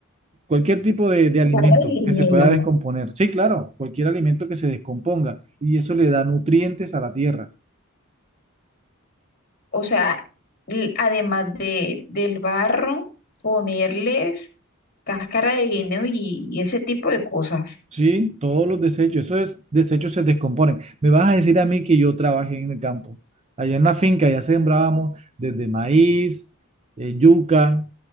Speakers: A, on the right; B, on the left.
A: cualquier tipo de, de alimento
B: Ay, Dios
A: que
B: mío.
A: se pueda descomponer. Sí, claro, cualquier alimento que se descomponga. Y eso le da nutrientes a la tierra.
B: O sea, l- además de, del barro, ponerles cáscara de guineo y, y ese tipo de cosas.
A: Sí, todos los desechos, esos des- desechos se descomponen. Me vas a decir a mí que yo trabajé en el campo. Allá en la finca ya sembrábamos desde maíz, eh, yuca,